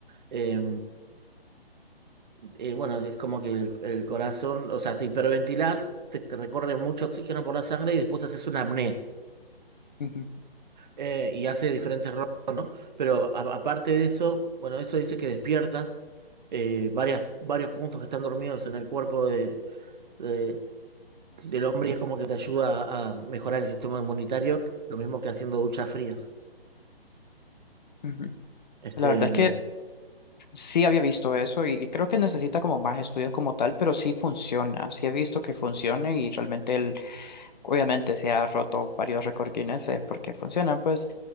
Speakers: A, on the right; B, on the left.
A: Eh, eh, bueno, es como que el, el corazón, o sea, te hiperventilás, te, te recorre mucho oxígeno por la sangre y después haces una apnea.
B: Ujú,
A: eh, y hace diferentes Pero a- aparte de eso, bueno, eso dice que despierta eh, varias, varios puntos que están dormidos en el cuerpo de, de- del hombre y es como que te ayuda a mejorar el sistema inmunitario, lo mismo que haciendo duchas frías.
B: ujú.
A: Este,
B: La verdad
A: mm,
B: es que sí había visto eso y creo que necesita como más estudios como tal, pero sí funciona, sí he visto que funciona y realmente él, obviamente se ha roto varios récords Guinness eh, porque funciona, pues.